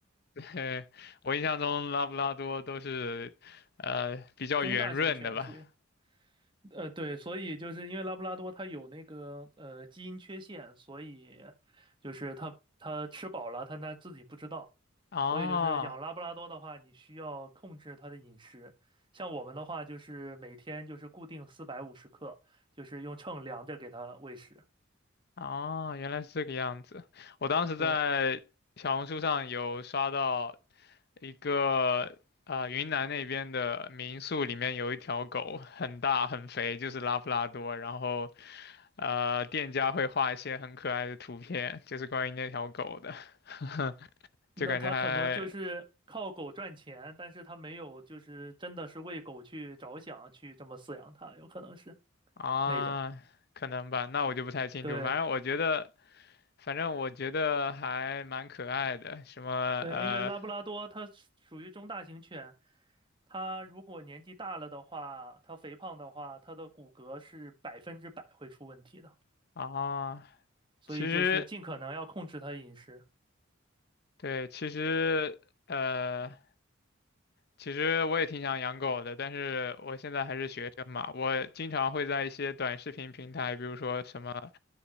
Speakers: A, on the left; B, on the right.
A: 嘿，我印象中拉布拉多都是，呃，比较圆润的吧？
B: 中大型犬属于，呃，对，所以就是因为拉布拉多它有那个呃基因缺陷，所以就是它它吃饱了，它它自己不知道，
A: 啊
B: 所以就是养拉布拉多的话，你需要控制它的饮食，像我们的话就是每天就是固定四百五十克，就是用秤量着给它喂食，
A: 哦，原来是这个样子。我当时在小红书上有刷到
B: 对。
A: 一个呃云南那边的民宿里面有一条狗，很大很肥，就是拉布拉多。然后呃，店家会画一些很可爱的图片，就是关于那条狗的，<laughs>
B: 那他可能就是靠狗赚钱，
A: 就感觉还
B: 但是他没有就是真的是为狗去着想，去这么饲养它，有可能是
A: 啊，
B: 那种。
A: 可能吧，那我就不太清楚。
B: 对
A: 反正我觉得，反正我觉得还蛮可爱的，什么呃。
B: 对，因为拉布拉多它是属于中大型犬，它如果年纪大了的话，它肥胖的话，它的骨骼是百分之百会出问题的，
A: 啊，
B: 所以就是尽可能要控制它的饮食。
A: 其实，对，其实，呃，其实我也挺想养狗的，但是我现在还是学生嘛，我经常会在一些短视频平台，比如说什么，